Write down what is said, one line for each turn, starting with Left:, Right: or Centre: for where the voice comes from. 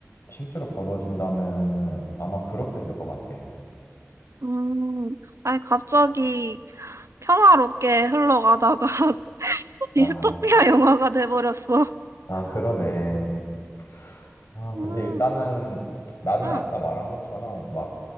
Left: 실제로 벌어진다면은 아마 그렇게 될 것 같아.
Right: 음, 아니, 갑자기 평화롭게 흘러가다가 <laughs> 또 디스토피아
Left: 아,
Right: 영화가 돼버렸어.
Left: 아, 그러네. 아,
Right: 음,
Left: 근데 일단은 나는
Right: 응
Left: 아까 말한 것처럼 막